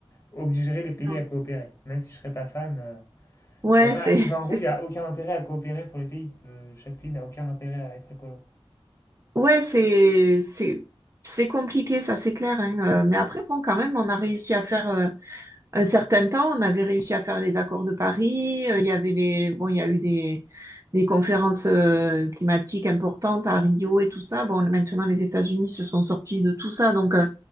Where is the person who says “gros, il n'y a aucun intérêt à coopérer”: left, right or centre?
Left